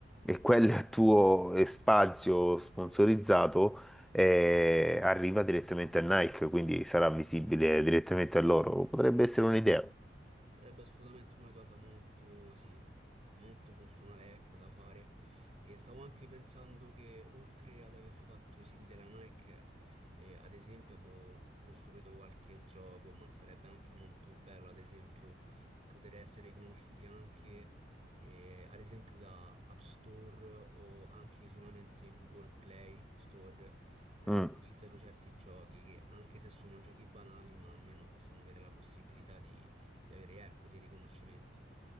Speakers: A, in the centre; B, on the right.
A: e quel tuo eh, spazio sponsorizzato eh, arriva direttamente a Nike, quindi sarà visibile direttamente a loro. Potrebbe essere un'idea.
B: Sarebbe assolutamente una cosa molto, sì, molto funzionale, ecco, da fare. E stavo anche pensando che oltre ad aver fatto i siti della Nike, eh, ad esempio abbiamo costruito qualche gioco, ma sarebbe anche molto bello, ad esempio, poter essere riconosciuti anche, eh, ad esempio, da App Store o anche solamente Google Play Store per
A: Mm.
B: aver realizzato certi giochi che, anche se sono giochi banali, ma almeno possiamo avere la possibilità di di avere, ecco, dei riconoscimenti.